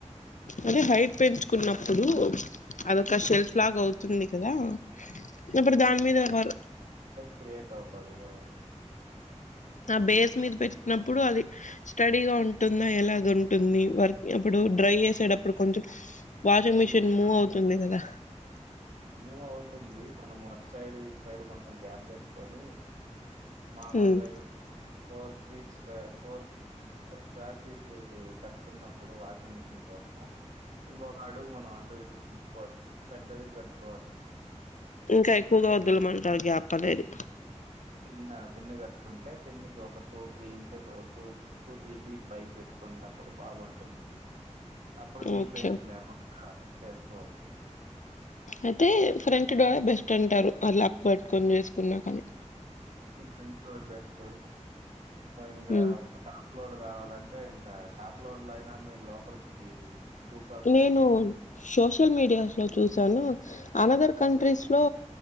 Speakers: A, on the left (about 85°); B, on the right (about 80°).
A: అదే హైట్ పెంచుకున్నప్పుడు అదొక షెల్ఫ్
B: హ్మ్.
A: లాగ అవుతుంది కదా అప్పుడు దాని మీద వారు
B: క్రియట్ అవుతంది గదా
A: ఆ బేస్ మీద పెట్టి అప్పుడు అది స్టడీగా ఉంటుందా ఎలాగ ఉంటుంది వర్క్ అప్పుడు డ్రై చేసేటప్పుడు కొంచెం వాషింగ్ మిషిన్
B: ఈటికి
A: మూవ్ అవుతుంది కదా
B: మూవ్ అవుతుంది మనం అటు సైడు ఇటు సైడ్ కొంచెం గ్యాప్ పెట్టుకొని మామూలుగా
A: ఉమ్.
B: ఇప్పుడు four feet square four four square feet కట్టుకున్నప్పుడు వాషింగ్ మిషిన్ కోసం ఇంకొక అడుగు మనం అటు ఇటు చూసుకోవచ్చు పెద్దది కట్టుకు
A: ఇంకా ఎక్కువగా వదులమంటారు గ్యాప్ అనేది
B: తిన్న తిన్న కట్టుకుంటే తిన్నికి ఒక two three inches two three feet పైకి పెట్టుకునేప్పుడు బాగ బాగా ఉంటుంది అప్పుడు నీ
A: ఓకే
B: పెయిన్స్ లేకుండా చేసుకోవచ్చు
A: అయితే ఫ్రెంట్ డోర్ ఏ బెస్ట్ అంటారు అలా పట్టుకొని చేసుకున్నా కాని
B: నీకు ఫ్రంట్ లోడ్ బెస్ట్ ఇంకా
A: హ్మ్.
B: టాప్ లోడ్ కావాలంటే అంటే ఇంకా టాప్ లోడ్ లో అయినా మీరు లోపలికి దూకాల్సి
A: నేను
B: వస్తుంది
A: సోషల్ మీడియాస్ లో చూసి అనదర్ కంట్రీస్ లో